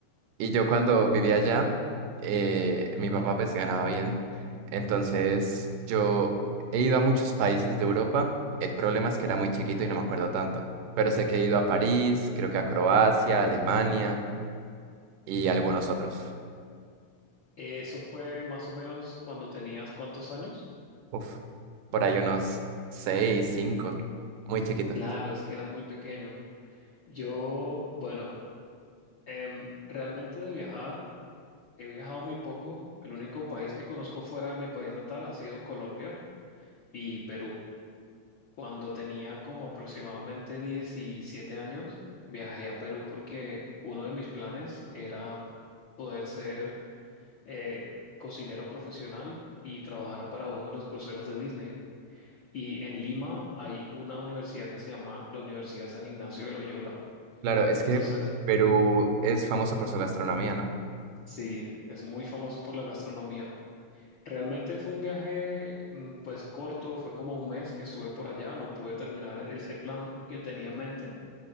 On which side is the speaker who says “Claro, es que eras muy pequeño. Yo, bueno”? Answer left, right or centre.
Left